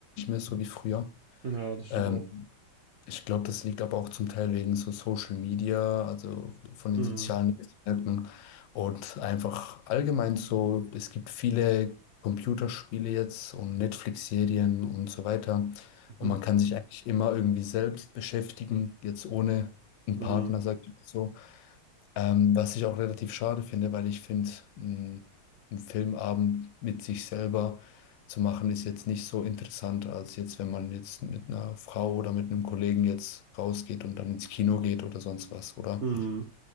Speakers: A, on the left; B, on the right.
A: mehr so wie früher.
B: Ja, das stimmt
A: Ähm,
B: auch.
A: ich glaube, das liegt aber auch zum Teil wegen so Social Media, also von
B: Mhm.
A: den sozialen Netzwerken und einfach allgemein so, es gibt viele Computerspiele jetzt und Netflix-Serien und so weiter.
B: Mhm.
A: Und man kann sich eigentlich immer irgendwie selbst beschäftigen, jetzt ohne einen Partner,
B: Mhm.
A: sag ich mal so. Ähm, was ich auch relativ schade finde, weil ich finde, ein, ein Filmabend mit sich selber zu machen, ist jetzt nicht so interessant, als jetzt, wenn man jetzt mit einer Frau oder mit einem Kollegen jetzt rausgeht und dann ins Kino geht oder sonst was, oder?
B: Mhm.